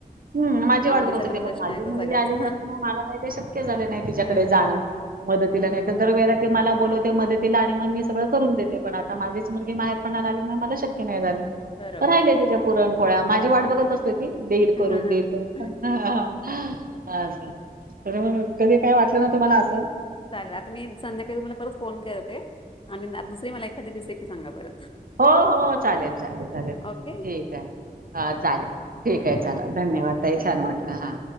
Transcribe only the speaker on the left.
आवडीचा
प्रश्न
आहे तो
सगळाच
हा
हम्म
हम्म.
बरोबर
हा
हा
हा.
हम्म.
चालेल आता मी संध्याकाळी तुम्हाला परत फोन करते. आणि ना दुसरी मला एखादी रेसपी सांगा बर.
ओके
हो
बाय
बाय